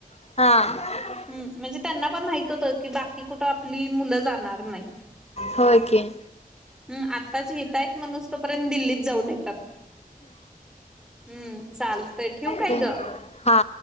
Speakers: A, on the left; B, in the centre.
A: हा.
B: ह म्हणजे त्यांना पण माहित होत की बाकी कुठं आपली मुलं जाणार तर नाहीत.
A: होय की
B: हम आत्ताच हित आहेत माणूस तोपर्यंत दिल्लीत जाऊन येतात. हम्म चालतय ठेवू काय
A: ते
B: ग?
A: हा.